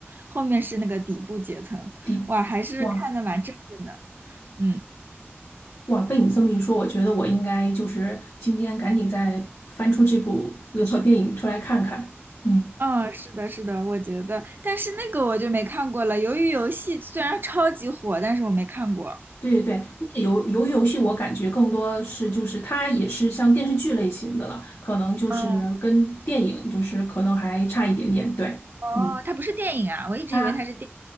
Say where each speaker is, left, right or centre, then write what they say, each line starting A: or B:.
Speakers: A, on the right; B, on the left.
A: 后面是那个底部阶层。
B: 第哇
A: 哇，还是看的蛮正面的。嗯。
B: 哇，被你这么一说，我觉得我应该就是今天赶紧再翻出这部 <laughs> 老电影出来看看，嗯。
A: 嗯，是的，是的，我觉得，但是那个我就没看过了。鱿鱼游戏虽然超级火，但是我没看过。
B: 对对对，那个游鱿鱼游戏我感觉更多是就是它也是像电视剧类型的了，可能就是跟电影就是可能还差一点点。
A: 嗯，
B: 对，
A: 哦，
B: 嗯，
A: 它不是电影啊，我一直以为它是电。
B: 它